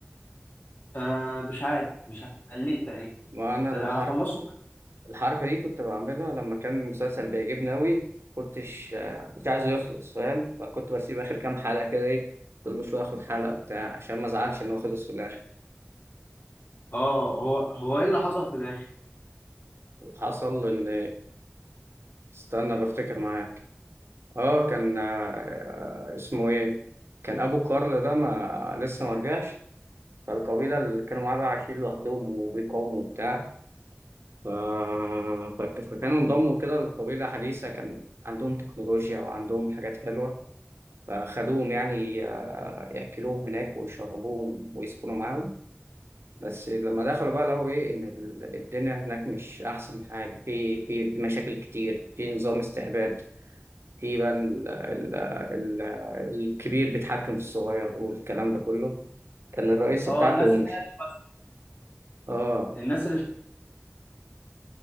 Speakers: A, on the left; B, on the right.
A: آه مش عارف مش عارف قليت تقريبا
B: ما انا
A: بس هخلصه
B: الحركه الحركه دي كنت بعملها لما كان المسلسل بيعجبني قوي كنتش آه، كنت عايزه يخلص فاهم فكنت بسيب اخر كام حلقه كده ايه كل شويه اخد حلقه بتاع عشان ما ازعلش ان هو خلص في الاخر
A: اه هو هو ايه اللي حصل في الاخر
B: حصل ان استنى بفتكر معاك اه كان آه، اسمه ايه كان ابو كارل ده ما لسه ما رجعش فالقبيله اللي كانوا معاه بقى عايشين لوحدهم وبيقاوموا وبتاع ف... فك- فكانوا انضموا كده لقبيلة حديثة كان عندهم تكنولوجيا وعندهم حاجات حلوة فخدوهم يعني آه، يأكلوهم هناك ويشربوهم ويسكنوا معاهم بس لما دخلوا بقى لقوا إيه إن ال- الدنيا هناك مش أحسن حاجة في في في مشاكل كتير في نظام استعباد في بقى ال... ال... ال... الكبير بيتحكم في الصغير والكلام ده كله كان الرئيسة
A: اه
B: بتاعته
A: الناس
B: مش
A: اللي هي شبه-
B: اه
A: الناس اللي شبه-